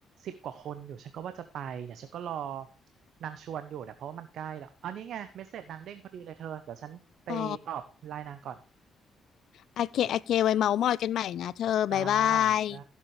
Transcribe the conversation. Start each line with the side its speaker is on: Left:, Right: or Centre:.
Right: สิบกว่าคนอยู่ฉันก็ว่าจะไปเนี่ยฉันก็รอนางชวนอยู่เนี่ยเพราะว่ามันใกล้แล้วอันนี้ไงเมสเสจนางเด้งพอดีเลยเธอเดี๋ยวฉันไปตอบไลน์นางก่อน
Left: อ๋อโอเคโอเคไว้เมาท์มอยกันใหม่นะเธอบ๊ายบาย
Right: จ้าได้